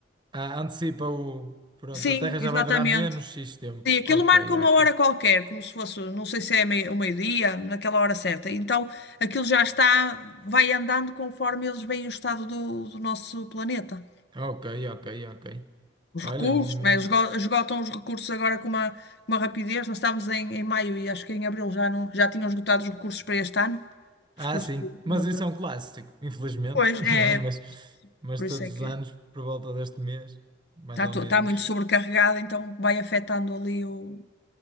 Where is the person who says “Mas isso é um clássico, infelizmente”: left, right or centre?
Right